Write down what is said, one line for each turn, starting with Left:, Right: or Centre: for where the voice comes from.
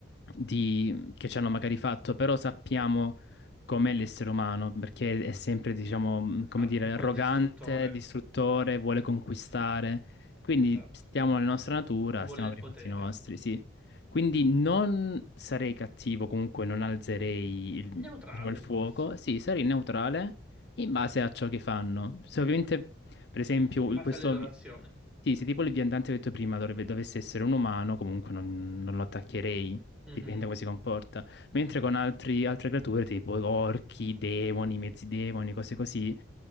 Left: di- che ci hanno magari fatto, però sappiamo com'è l'essere umano, perché è sempre, diciamo, mh,
Centre: Esatto,
Left: come dire,
Centre: un po'
Left: arrogante,
Centre: distruttore.
Left: distruttore,
Centre: Mhm,
Left: vuole conquistare. Quindi
Centre: Esatto.
Left: stiamo nella nostra natura,
Centre: Vuole
Left: stiamo
Centre: il
Left: per
Centre: potere.
Left: i fatti nostri, sì. Quindi non sarei cattivo, comunque non alzerei
Centre: Neutrale,
Left: diciamo, il fuoco,
Centre: forse.
Left: sì, sarei neutrale in base a ciò che fanno. Se ovviamente, per esempio,
Centre: Sì, In
Left: il-
Centre: base
Left: questo...
Centre: all'elorazione.
Left: vi- Sì, se tipo il viandante che ho detto prima dovrebbe- dovesse essere un umano, comunque non, non lo attaccherei,
Centre: Mhm,
Left: dipende da come si comporta. Mentre con altri- altre creature, tipo orchi, demoni, mezzi demoni, cose così,